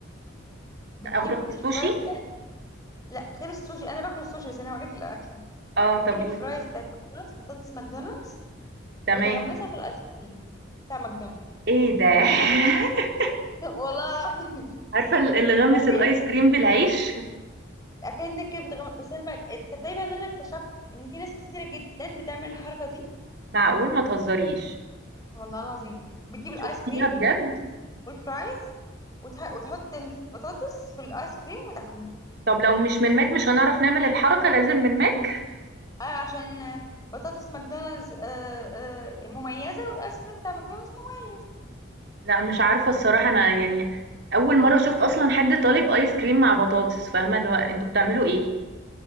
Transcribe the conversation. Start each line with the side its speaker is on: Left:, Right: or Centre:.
Left: بتجيب
Right: أغرب السوشي؟
Left: الفرايز لا غير السوشي انا باكل السوشي بس انا هقول لك الاكلة
Right: آه،
Left: بتجيب
Right: طب
Left: الفرايز
Right: قولي لي،
Left: بتاعت ماكدونالدز بطاطس ماكدونالدز وبتغمسها
Right: تمام،
Left: في الايس كريم بتاع ماكدونالدز
Right: إيه ده! <laughs>
Left: <laughs> والله العظيم
Right: عارفة ال اللي غمّس
Left: بعدين
Right: الآيس كريم بالعيش؟
Left: اكنك كده بتغمض بس انا بقى تصدقي بقى ان انا اكتشفت ان في ناس كتيره جدا بتعمل الحركه دي
Right: معقول! ما تهزريش،
Left: والله العظيم بتجيب الايس
Right: شُفتيها
Left: كريم
Right: بجد؟
Left: والفرايز وتح... وتحط البطاطس في الايس كريم وتاكله
Right: طب لو مش من ماك مش هنعرف نعمل الحركة لازم من ماك؟
Left: آه عشان بطاطس ماكدونالدز آه آه مميزه والايس كريم بتاع ماكدونالدز مميز
Right: لأ مش عارفة الصراحة أنا يعني أول مرة أشوف أصلًا حد طالب آيس كريم مع بطاطس، فاهمة؟ اللي هو أنتم بتعملوا إيه؟